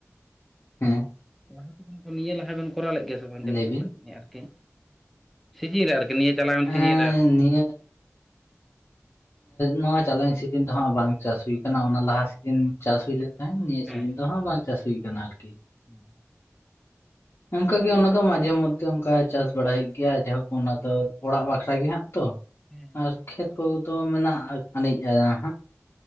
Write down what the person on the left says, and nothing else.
ᱦᱮᱸ
ᱞᱟᱹᱭ ᱵᱤᱱ
ᱮᱸ
ᱱᱤᱭᱟᱹ ᱱᱚᱣᱟ ᱪᱟᱞᱟᱣᱮᱱ ᱥᱤᱡᱤᱱ ᱨᱮ ᱦᱟᱜ ᱵᱟᱝ ᱪᱟᱥ ᱦᱩᱭ ᱟᱠᱟᱱᱟ ᱚᱱᱟ ᱞᱟᱦᱟ ᱥᱤᱡᱤᱱ ᱪᱟᱥ ᱦᱩᱭ ᱞᱮᱱ ᱛᱟᱦᱮᱱ ᱱᱤᱭᱟᱹ
ᱥᱤᱡᱤᱱ ᱫᱚ ᱦᱟᱜ ᱵᱟᱝ ᱪᱟᱥ ᱦᱩᱭ ᱟᱠᱟᱱᱟ ᱟᱨᱠᱤ
ᱚᱱᱠᱟᱜᱮ ᱚᱱᱟ ᱫᱚ ᱢᱟᱡᱷᱮ ᱢᱚᱫᱽᱫᱷᱮ ᱚᱱᱠᱟ ᱪᱟᱥ ᱵᱟᱲᱟᱭ ᱦᱩᱭᱩᱜ ᱜᱮᱭᱟ ᱡᱟᱭᱦᱳᱠ ᱚᱱᱟ ᱫᱚ ᱚᱲᱟᱜ ᱵᱟᱠᱷᱨᱟ ᱜᱮ ᱦᱟᱜ ᱛᱚ
ᱟᱨ
ᱠᱷᱮᱛ
ᱠᱚᱫᱚ ᱢᱮᱱᱟᱜ ᱟᱱᱤᱡᱼᱟ ᱦᱟᱸᱜ